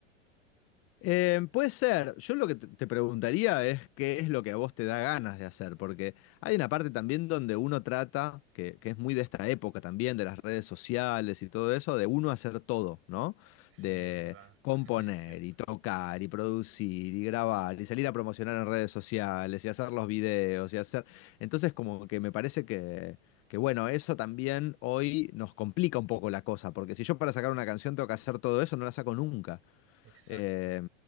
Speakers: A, on the left; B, on the right.
A: Eh, puede ser. Yo lo que te te preguntaría es qué es lo que a vos te da ganas de hacer, porque hay una parte también donde uno trata, que, que es muy de esta época también, de las redes sociales y todo eso, de uno hacer todo, ¿no?
B: Sí,
A: De
B: es verdad,
A: componer
B: <laughs> es cierto.
A: y tocar y producir y grabar y salir a promocionar en redes sociales y hacer los videos y hacer... Entonces como que me parece que... Que bueno, eso también hoy nos complica un poco la cosa, porque si yo para
B: Sí,
A: sacar una canción tengo que hacer todo eso, no la saco nunca.
B: exacto.
A: Eh,